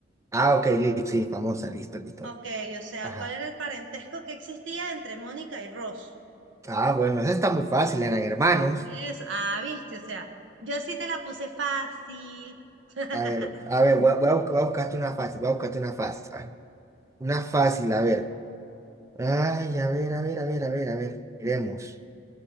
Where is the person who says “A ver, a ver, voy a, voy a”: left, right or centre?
Right